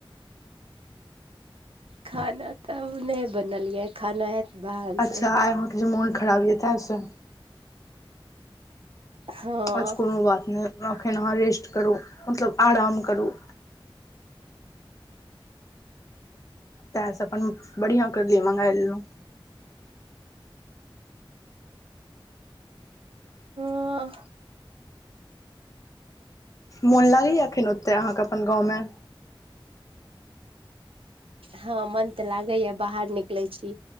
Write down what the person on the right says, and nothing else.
खाना तऽ नहि बनलियै। खाना बाहर
से
हँ
हँ।
हँ मन तऽ लागैए, बाहर निकलैत छी।